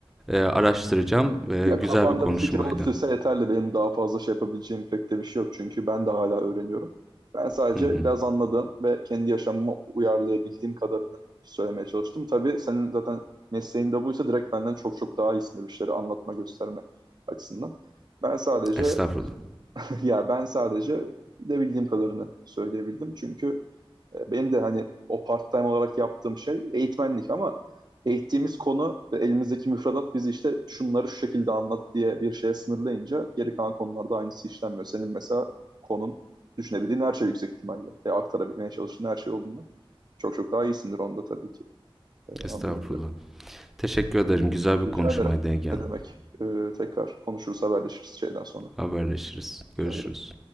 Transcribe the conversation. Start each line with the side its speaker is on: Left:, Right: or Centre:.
Centre: eee, araştıracağım. Eee,
Right: Ya
Centre: güzel
Right: kafanda
Centre: bir konuşmaydı.
Right: bir fikir oluştuysa yeterli. Benim daha fazla şey yapabileceğim pek de bir şey yok. Çünkü ben de hala öğreniyorum. Ben sadece
Centre: Hı hı.
Right: biraz anladığım ve kendi yaşamıma uyarlayabildiğim kadarını söylemeye çalıştım. Tabii senin zaten mesleğin de buysa direkt benden çok çok daha iyisindir bir şeyleri anlatma, gösterme açısından. Ben sadece
Centre: Estağfurullah.
Right: <laughs> ya ben sadece bilebildiğim kadarını söyleyebildim. Çünkü e, Benim de hani o part-time olarak yaptığım şey eğitmenlik ama eğittiğimiz konu ve elimizdeki müfredat bizi işte şunları şu şekilde anlat diye bir şeye sınırlayınca geri kalan konularda aynısı işlenmiyor. Senin mesela konun düşünebildiğin her şey yüksek ihtimalle ve aktarabilmeye çalıştığın her şey olduğundan çok çok daha iyisindir onda tabii ki E,
Centre: Estağfurullah.
Right: anlayabiliyorum.
Centre: Teşekkür ederim. Güzel bir
Right: Rica
Centre: konuşmaydı
Right: ederim.
Centre: Ege Hanım.
Right: Ne demek? E, tekrar konuşuruz, haberleşiriz şeyden sonra.
Centre: Haberleşiriz.
Right: Rica
Centre: Görüşürüz.
Right: ederim.